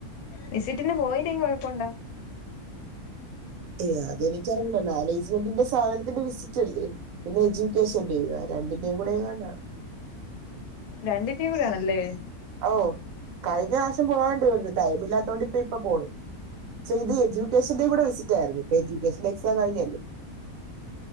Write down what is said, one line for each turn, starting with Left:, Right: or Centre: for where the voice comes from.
Left: വിസിറ്റിങ്ങിന്ന് പോയില്ലെങ്കി കൊഴപ്പൊണ്ടോ
Right: ഏ അതെനിക്കറിയില്ല. മാനേജ്മെന്റിന്റെ സ <unintelligible> ത്തിന്റെ വിസിറ്റ് അല്ലേ പിന്നെ എജ്യുക്കേഷൻ ഡേയുവാ രണ്ടിന്റെേയും കൂടേങ്ങാണ്ടാണ്
Left: രണ്ടിന്റെയും കൂടി ആണല്ലേ
Right: ഓഹ് കഴിഞ്ഞ പ്രാവശ്യം പോവണ്ടിയിരുന്നു. ടൈമില്ലാത്തോണ്ട് പ്പൊ ഇപ്പ പോണ് പക്ഷേ ഇത് എജ്യുക്കേഷന്റെ കൂടെ വിസിറ്റ് ആയിരുന്നു. ഇപ്പ എജ്യുക്കേഷന്റെ എക്സാം കഴിഞ്ഞെല്ലേ